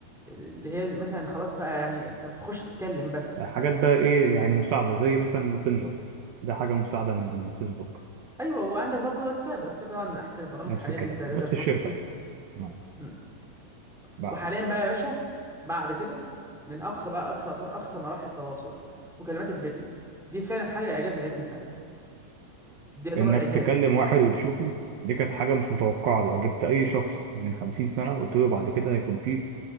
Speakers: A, in the centre; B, on the right (about 80°).
A: اللي هي مثلا خلاص بقى يعني انت بتخش تتكلم بس
B: حاجات بقى إيه يعني مساعدة زي مثلا ماسنجر ده حاجة مساعدة من الفيسبوك
A: ايوه وعندك برضه واتساب واتساب طبعا من احسن البرامج
B: نفس
A: حاليا
B: الكلام
A: ان انت تقدر
B: نفس
A: تتواصل
B: الشركة
A: بيه
B: تمام
A: مم.
B: بقى.
A: وحاليا بقى يا باشا بعد كده من اقصى بقى اقصى يعتبر اقصى مراحل التواصل مكالمات الفيديو دي فعلا حاجه اعجاز علمي ساعتها دي يعتبر
B: انك
A: اعجاز
B: تكلم واحد وتشوفه دي كانت حاجة مش متوقعة لو جبت أي شخص من خمسين سنة قلت له بعد كده هيكون فيه